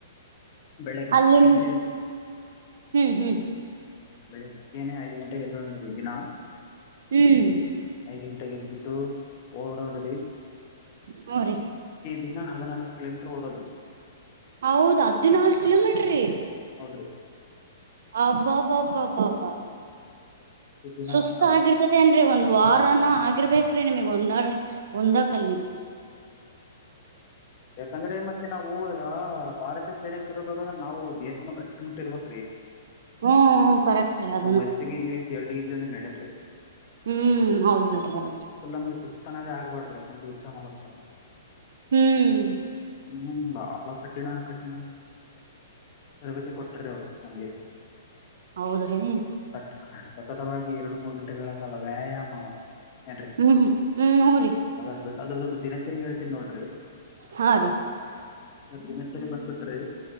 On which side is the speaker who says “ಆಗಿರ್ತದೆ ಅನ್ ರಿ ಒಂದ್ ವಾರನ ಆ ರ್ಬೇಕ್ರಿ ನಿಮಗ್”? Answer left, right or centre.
Right